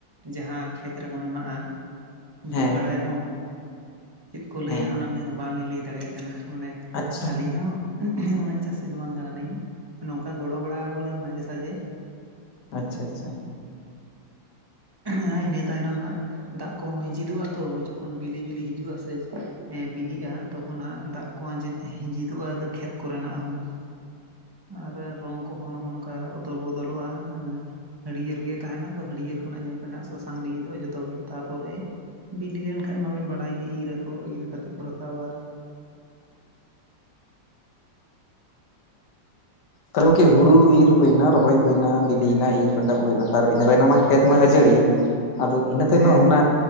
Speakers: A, on the right; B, on the left.
A: ᱡᱟᱦᱟᱸ ᱠᱷᱮᱛ ᱨᱮᱵᱚᱱ ᱮᱢᱟᱜᱼᱟ᱾
B: ᱦᱮᱸ
A: ᱵᱤᱫ ᱵᱟᱲᱟᱭᱟᱵᱚᱱ, ᱪᱮᱫ ᱠᱚ ᱞᱟᱹᱭᱟ
B: ᱦᱮᱸ
A: ᱦᱟᱸᱜ ᱚᱱᱟ <unintelligible> ᱵᱟᱝᱞᱤᱧ ᱞᱟᱹᱭ ᱫᱟᱲᱮᱭᱟᱜ ᱠᱟᱱᱟ᱾ ᱢᱟᱱᱮ
B: ᱟᱪᱪᱷᱟ
A: ᱟᱹᱞᱤᱧ ᱦᱚᱸ <inaudible> ᱩᱱᱟᱹᱜ ᱪᱟᱹᱥᱤ ᱫᱚ ᱵᱟᱝ ᱠᱟᱱᱟᱞᱤᱧ᱾ ᱱᱚᱝᱠᱟ ᱜᱚᱲᱚ ᱵᱟᱲᱟ ᱠᱚᱣᱟᱞᱤᱧ ᱢᱟᱡᱷᱮ ᱥᱟᱡᱷᱮ᱾
B: ᱟᱪᱪᱷᱟ ᱟᱪᱪᱷᱟ᱾
A: ᱦᱮᱸ ᱤᱱᱟᱹ ᱛᱟᱭᱱᱚᱢ ᱦᱟᱸᱜ ᱫᱟᱜ ᱠᱚᱦᱚᱸ ᱦᱤᱸᱡᱤᱫᱚᱜ-ᱟ ᱛᱚ ᱡᱚᱠᱷᱚᱱ ᱵᱤᱞᱤ ᱵᱤᱞᱤ ᱦᱤᱡᱩᱜ-ᱟᱥᱮ ᱦᱮᱸ ᱵᱤᱞᱤᱜ-ᱟ ᱛᱚᱠᱷᱚᱱ ᱦᱟᱸᱜ ᱫᱟᱜ ᱠᱚ ᱟᱸᱡᱮᱫ ᱦᱸᱤᱡᱤᱫᱚᱜ-ᱟ ᱟᱫᱚ ᱠᱷᱮᱛ ᱠᱚᱨᱮᱱᱟᱜ ᱦᱚᱸ
B: ᱦ <inaudible>
A: ᱟᱨ ᱨᱚᱝ ᱠᱚᱦᱚᱸ ᱱᱚᱜ-ᱚ ᱱᱚᱝᱠᱟ ᱚᱫᱚᱞ ᱵᱚᱫᱚᱞᱚᱜ-ᱟ ᱦᱮᱸ᱾ ᱦᱟᱹᱲᱭᱟᱹᱲ ᱜᱮ ᱛᱟᱦᱮᱸᱱᱟ ᱛᱚ ᱦᱟᱹᱨᱭᱟᱹᱨ ᱠᱷᱚᱱᱟᱜ ᱧᱮᱞ ᱵᱮᱱ ᱱᱟᱜ ᱥᱟᱥᱟᱝ ᱞᱟᱹᱜᱤᱫᱚᱜ-ᱟ ᱡᱚᱛᱚᱜ ᱜᱮ ᱛᱟᱨᱯᱚᱨᱮ- ᱵᱤᱞᱤ ᱞᱮᱱᱠᱷᱟᱱ ᱢᱟᱵᱮᱱ ᱵᱟᱰᱟᱭ ᱜᱮ ᱤᱨ ᱟᱠᱚ ᱤᱨ ᱠᱟᱛᱮ ᱠᱚ ᱨᱟᱠᱟᱵᱟ᱾
B: ᱛᱟᱨ ᱜᱚᱝᱠᱮ ᱦᱩᱲᱩ ᱤᱨ ᱦᱩᱭᱱᱟ ᱨᱚᱦᱚᱭ ᱦᱩᱭᱱᱟ ᱵᱤᱞᱤᱭᱮᱱᱟ ᱤᱨ ᱨᱟᱠᱟᱵ ᱦᱩᱭᱱᱟ ᱛᱟᱨ ᱤᱱᱟᱹ ᱛᱟᱭᱱᱢ ᱢᱟ ᱠᱷᱮᱛ ᱢᱟ ᱟᱹᱡᱟᱹᱲᱤ ᱮᱱ᱾ ᱟᱫᱚ ᱤᱱᱟᱹ ᱛᱟᱭᱱᱚᱢ
A: ᱦᱮᱸ
B: ᱚᱱᱟ